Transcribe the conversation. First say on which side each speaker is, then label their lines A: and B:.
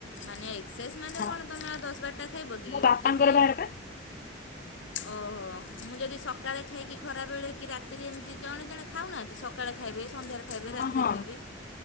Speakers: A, on the left; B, on the left.
A: ମାନେ ଶେଷ ମାନେ
B: ହଁ
A: କଣ ତମେ ଆଉ ଦଶ ବାରଟା ଖାଇବ କି
B: ମୋ ବାପାଙ୍କର
A: ଯଦି
B: ବାହାରେ ପା
A: ଓହୋ ମୁଁ ଯଦି ସକାଳେ ଖାଇକି ଖରାବେଳେ କି ରାତିରେ ଏମିତି ଜଣେ ଜଣେ ଖାଉନାହାନ୍ତି ସକାଳେ ଖାଇବେ ସନ୍ଧ୍ୟାରେ ଖାଇବେ
B: ହଁ
A: ରାତିରେ
B: ହଁ
A: ଖାଇବେ